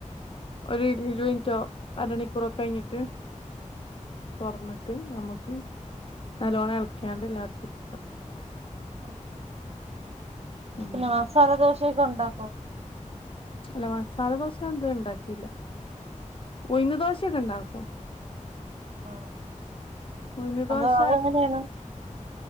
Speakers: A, on the left; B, on the right.
A: ഒര് ഇര് മിനിറ്റോ അരണിക്കൂറൊക്കെ കഴിഞ്ഞിട്ട് തെറന്നിട്ട് നമ്മക്ക് നല്ലോണ്ണം ഇളിക്ക്യാണ്ട് എല്ലാർക്കും എടുക്കാം
B: ആ
A: അങ്ങനെ
B: പിന്ന മസാല ദോശ ശൊക്കെ ഉണ്ടാക്കൊ
A: അല്ല മസാല ദോശ എന്തേ ഒണ്ടാക്കിയില്ല ഉഴ്ന്ന് ദോശക്കെ ഉണ്ടാ ക്കും
B: ആ
A: ഉഴുന്ന്
B: അതോ
A: ദോശ
B: അത് അങ്ങനെയാണ്